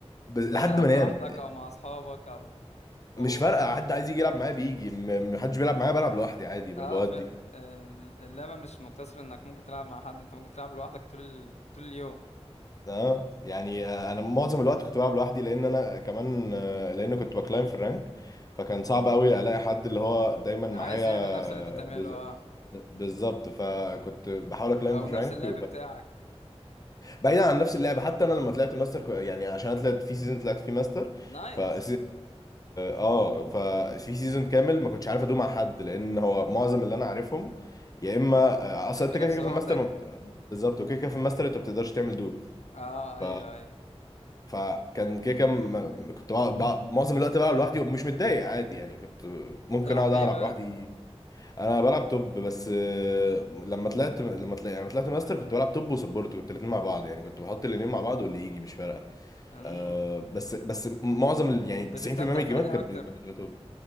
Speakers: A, on the left; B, on the left.
A: بس
B: سواء
A: لحد
B: تلعب
A: ما انام
B: لوحدك او مع اصحابك او و...
A: مش فارقه حد عايز يجي يلعب معايا بيجي م- م- حدش بيلعب معايا بلعب لوحدي عادي ب-
B: اه
A: بودي
B: ف... ال- اللعبة مش مقتصرة انك ممكن تلعب مع حد انت ممكن تلعب لوحدك طول ال... طول اليوم
A: اه يعني آه، انا معظم الوقت كنت بلعب لوحدي لان انا كمان آه، لان كنت بكلايم في الرانك فكان صعب قوي الاقي حد اللي هو دايما معايا
B: عايز يعمل نفس اللي انت بتعمله
A: بز...
B: اه
A: بالظبط فكنت بحاول اكلايم
B: او
A: في فرانك
B: نفس اللعب بتاعك
A: بعيدا عن نفس اللعبه حتى انا لما طلعت ماستر كو- يعني عشان أنا طلعت في سيزون طلعت فيه ماستر
B: نايس
A: ف اه آه، ففي سيزون كامل ما كنتش عارف ادوم مع حد لان هو معظم اللي انا عارفهم يا اما
B: مش
A: آه، اصلا
B: في
A: انت
B: نفس
A: كده كده
B: وقتك
A: في الماستر ما بت... بالظبط وكده كده في الماستر انت ما بتقدرش تعمل دو
B: اه
A: ف
B: ايوه ايوه
A: فكان كده كده م- كنت بقعد- بقعد- معظم الوقت بقى لوحدي ومش متضايق عادي يعني كنت ممكن
B: تلعب
A: اقعد
B: بايه
A: العب
B: بقى
A: لوحدي انا بلعب توب بس آه، لما طلعت لما طلعت لما طلعت ماستر كنت بلعب توب وسبورت كنت الاثنين مع بعض يعني كنت بحط الاثنين مع بعض واللي يجي مش فارقه
B: امم
A: أه بس بس معظم ال- يعني 90%
B: بتستمتع
A: من
B: في
A: الجيمات
B: انهي
A: كانت
B: اكتر
A: ب- كانت بتبقى توب